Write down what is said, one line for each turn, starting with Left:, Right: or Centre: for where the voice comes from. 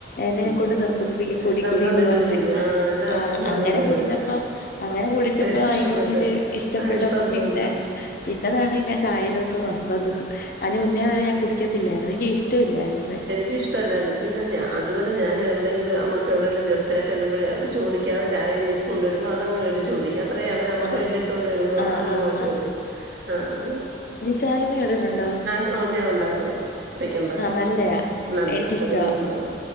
Left: എന്നെക്ക
Right: ഉം
Left: കൊണ്ട് നിർബന്ധിപ്പിക്കും കുടിക്കൊട
Right: നിർബന്ധിച്ച്
Left: എന്ന് പറഞ്ഞൽ
Right: കുടിക്കും. ആഹ് എന്റെ ഹസ്ബൻഡും
Left: ആഹ് അങ്ങനെ
Right: അതുപോലായിരുന്നു.
Left: കുടിച്ചപ്പോ അങ്ങനെ കുടിച്ചപ്പോ
Right: ടേസ്റ്റ്
Left: അയിതിനോടരു
Right: ഇഷ്ടപ്പെട്ട്
Left: ഇഷ്ടപ്പെട്ടപ്പോ
Right: ആഹ് ഇഷ്ടം തോന്ന്
Left: പിന്നെ പിന്നെതാണ് ങ്ങൻ ചായയിലോട്ട് വന്നമ്പത് അതിന് മുന്നേ വരെ ഞാൻ കുടിക്കത്തില്ലായിരുന്നു എനിക്ക് ഇഷ്ടമില്ലായിരുന്നേ
Right: എനിക്ക്ഷ്ട ല്ലാരുന്ന് പിന്നെഞാ അതുല ഞാൻ എവിടെങ്കിലും നമ്മിപ്പോൾ എവിയെങ്കും ഗസ്റ്റായിട്ട എല്ല്പഴ അവ ചോദാതെ ചായഞ്ഞിട്ട് ണ്ടരുമ്പ അത്ങ് മേടിച്ച് കുടിക്കും അത്ര അവര് നമ്മക്ക്
Left: ആഹ്
Right: വേണ്ടി ഇട്ടൊണ്ട് വരുമ്പോ
Left: ആഹ്
Right: അവര്
Left: ആഹ്
Right: മോശായിട്ട് ആഹ്
Left: ചയമഎട്ടട്ടുണ്ടോ
Right: ആഹ് ഞാൻ ഉണ്ടാക്കും ഇടക്ക് ഉണ്ടാക്കും
Left: നല്ലയാ
Right: നല്ല
Left: എനിക്കിഷ്ടവാ
Right: ചെറിയ ഫ്ലവർ